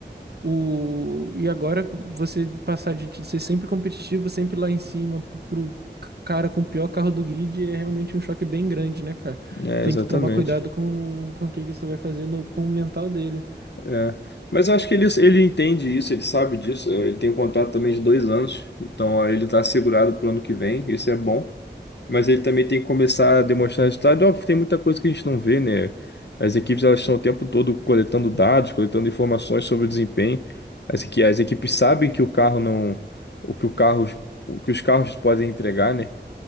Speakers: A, on the right; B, on the left.
A: o... E agora você passar de de ser sempre competitivo, sempre lá em cima, p- pro c- cara com o pior carro do grid é realmente um choque bem grande, né, cara?
B: É,
A: Tem
B: exatamente.
A: que tomar cuidado com, com o que que isso vai fazer no- com o mental dele.
B: É. Mas eu acho que ele, ele entende isso, ele sabe disso. Ele tem um contrato também de dois anos, então ó, ele está assegurado para o ano que vem. Isso é bom. mas ele também tem que começar a demonstrar resultado. É Óbvio, tem muita coisa que a gente não vê, né? As equipes elas estão o tempo todo coletando dados, coletando informações sobre o desempenho. As, equi- as equipes sabem que o carro não, o que o carro, o que os carros podem entregar, né?